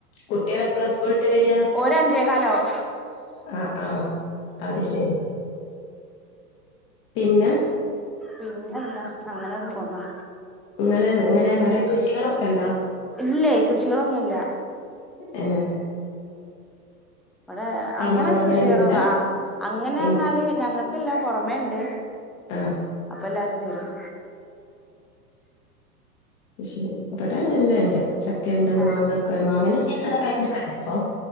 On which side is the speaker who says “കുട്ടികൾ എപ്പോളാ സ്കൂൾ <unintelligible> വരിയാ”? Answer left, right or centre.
Left